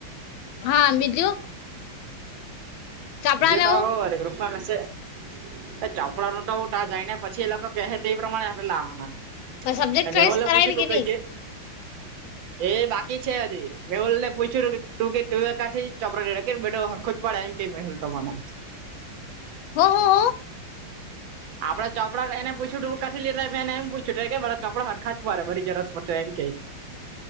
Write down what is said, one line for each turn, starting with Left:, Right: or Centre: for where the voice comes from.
Left: હા બીજું? ચોપડા
Right: બીજું
Left: ને
Right: તો
Left: એવું
Right: હું વરી ગ્રુપમાં મેસેજ એ ચોપડાનું તો હુતા જાયને પછી એ લોકો કે તે પ્રમાણે આપે લાવવાના.
Left: સબ્જેક્ટ
Right: એ
Left: ચોઈસ
Right: મેહોલે
Left: કરાવી
Right: પૂછ્યું તું
Left: કે
Right: કઈ જે
Left: <inaudible>
Right: એ બાકી છે હજી મેહુલ ને પૂછ્યું તું કે તું ક્યાંથી ચપરા રા બધું હરખું જ પણ એમ કઈ ભઈ તમારા
Left: હો હો હો
Right: આપડા ચોપડા એ પૂછ્યું તું ક્યાંથી લીધા એમ પૂછ્યું કે મારા ચોપડા હરખા જ મળે બધી ઝેરોક્ષ માં જઈ